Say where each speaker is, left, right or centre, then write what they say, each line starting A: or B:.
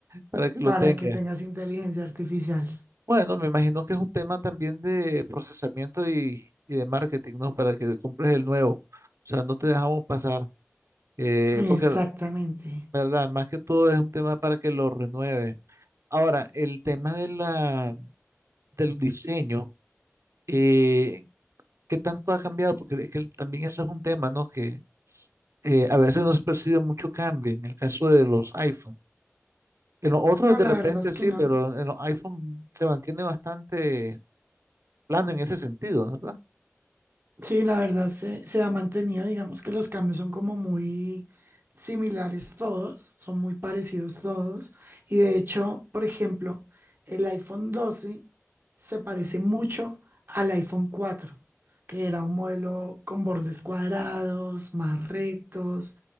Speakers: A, on the right; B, on the right.
A: para que lo
B: para
A: tenga.
B: que tengas inteligencia artificial.
A: Bueno, me imagino que es un tema también de procesamiento y, y de marketing, ¿no? Para que compres el nuevo. O sea, no te dejamos pasar. Eh, porque,
B: Exactamente.
A: la ¿verdad? Más que todo es un tema para que lo renueve. Ahora, el tema de la, del diseño, eh, ¿qué tanto ha cambiado? Porque es que también eso es un tema, ¿no? Que eh, a veces no se percibe mucho cambio en el caso de los iPhone. En los otros
B: No,
A: de
B: la
A: repente
B: verdad es
A: sí,
B: que no.
A: pero en los iPhone se mantiene bastante plano en ese sentido, ¿no? ¿verdad?
B: Sí, la verdad se, se ha mantenido, digamos que los cambios son como muy similares todos, son muy parecidos todos. Y de hecho, por ejemplo, el iPhone 12 se parece mucho al iPhone 4, que era un modelo con bordes cuadrados, más rectos,